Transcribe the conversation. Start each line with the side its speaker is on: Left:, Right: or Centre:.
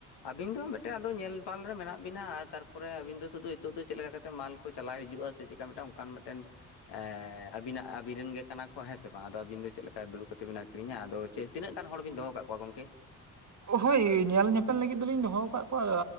Left: ᱟᱵᱤᱱ ᱫᱚ ᱢᱮᱴᱮᱱ ᱟᱫᱚ ᱧᱮᱞᱯᱟᱞ ᱨᱮ ᱢᱮᱱᱟᱜ ᱵᱤᱱᱟ, ᱟᱨ ᱛᱟᱨᱯᱚᱨᱮ ᱟᱵᱤᱱ ᱫᱚ ᱥᱩᱫᱷᱩ ᱦᱤᱛᱳᱜ ᱫᱚ ᱪᱮᱫ ᱞᱮᱠᱟ ᱠᱟᱛᱮ ᱢᱟᱞ ᱠᱚ ᱪᱟᱞᱟᱭ ᱦᱤᱡᱩᱜᱼᱟ ᱥᱮ ᱪᱮᱠᱠᱟ ᱢᱤᱴᱟᱝ ᱚᱱᱠᱟᱱ ᱢᱤᱴᱮᱱ ᱮᱸ ᱟᱹᱵᱤᱱᱟᱜ ᱟᱹᱵᱤᱱ ᱨᱮᱱ ᱜᱮ ᱠᱟᱱᱟ ᱠᱚ᱾ ᱦᱮᱸ ᱥᱮ ᱵᱟᱝ ᱟᱫᱚ ᱟᱹᱵᱤᱱ ᱫᱚ ᱪᱮᱫ ᱞᱮᱠᱟ ᱫᱩᱲᱩᱵ ᱠᱟᱛᱮᱫ ᱵᱤᱱ ᱟᱹᱠᱷᱨᱤᱧᱟ ᱟᱫᱚᱼᱼ ᱛᱤᱱᱟᱹᱜ ᱜᱟᱱ ᱦᱚᱲ ᱵᱤᱱ ᱫᱚᱦᱚ ᱟᱠᱟᱫ ᱠᱚᱣᱟ ᱜᱚᱝᱠᱮ?
Right: ᱦᱳᱭ ᱧᱮᱞ ᱧᱮᱯᱮᱞ ᱞᱟᱹᱜᱤᱫ ᱫᱚᱞᱤᱧ ᱫᱚᱦᱚᱠᱟᱜ ᱠᱚᱣᱟ᱾